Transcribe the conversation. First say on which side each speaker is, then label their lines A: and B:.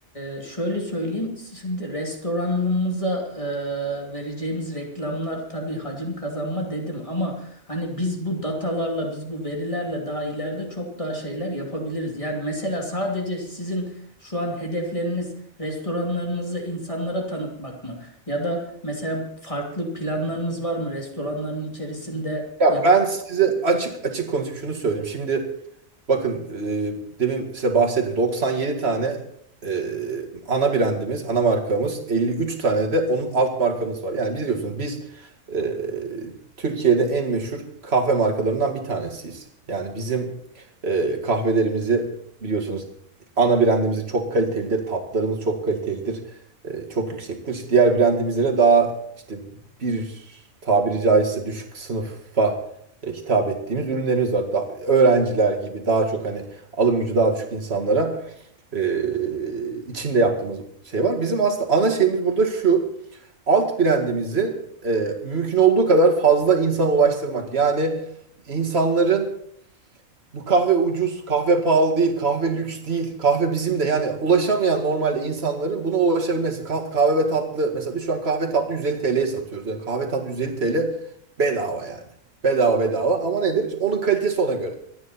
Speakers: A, on the left; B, on the right.
A: e, şöyle söyleyeyim şimdi restoranımıza e, vereceğimiz reklamlar tabii hacim kazanma dedim ama hani biz bu datalarla biz bu verilerle daha ileride çok daha şeyler yapabiliriz. Yani mesela sadece sizin şu an hedefleriniz restoranlarınızı insanlara tanıtmak mı? Ya da mesela farklı planlarınız var mı restoranların içerisinde?
B: Ya
A: Ya
B: ben size açık açık konuşayım şunu söyleyeyim. Şimdi bakın e, demin size bahsettim 97 tane e, ana brandimiz, ana markamız 53 tane de onun alt markamız var. Yani biliyorsunuz biz e, Türkiye'de en meşhur kahve markalarından bir tanesiyiz. Yani bizim e, kahvelerimizi biliyorsunuz ana brandimizi çok kalitelidir, tatlarımız çok kalitelidir, e, çok yüksektir. İşte diğer brandimizlere daha işte bir tabiri caizse düşük sınıfa e, hitap ettiğimiz ürünlerimiz var. Da- öğrenciler gibi daha çok hani alım gücü daha düşük insanlara e, içinde yaptığımız şey var. Bizim aslında ana şeyimiz burada şu. Alt brandimizi e, mümkün olduğu kadar fazla insana ulaştırmak. Yani insanların bu kahve ucuz, kahve pahalı değil, kahve lüks değil. Kahve bizim de yani ulaşamayan normalde insanların buna ulaşabilmesi. Kah- Kahve ve tatlı mesela biz şu an kahve tatlı 150 TL'ye satıyoruz. Yani kahve tatlı 150 TL bedava yani. Bedava bedava ama nedir? İşte onun kalitesi ona göre.